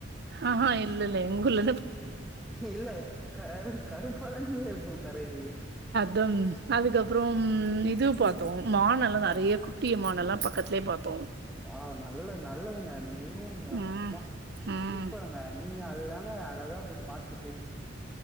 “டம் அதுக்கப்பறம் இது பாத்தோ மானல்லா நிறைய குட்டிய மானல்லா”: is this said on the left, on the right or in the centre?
Right